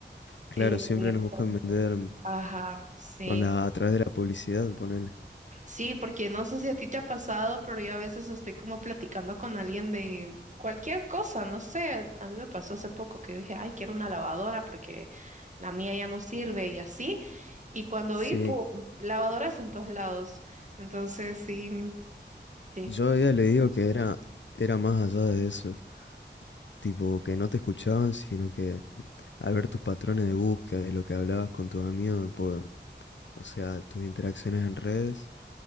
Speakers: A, on the left; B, on the right.
A: Claro,
B: Eh,
A: siempre
B: entonces,
A: nos buscan vender
B: ajá, sí.
A: con la, a través de la publicidad, ponele.
B: Sí, porque no sé si a ti te ha pasado, pero yo a veces estoy como platicando con alguien de cualquier cosa, no sé. A mí me pasó hace poco que dije, ay, quiero una lavadora porque la mía ya no sirve y así. Y cuando
A: Sí,
B: vi, ¡pum! Lavadoras en todos lados. Entonces, sí, sí.
A: Yo a ella le digo que era, era más allá de eso, tipo que no te escuchaban, sino que al ver tus patrones de búsqueda, de lo que hablabas con tus amigos, po- o sea, tus interacciones en redes,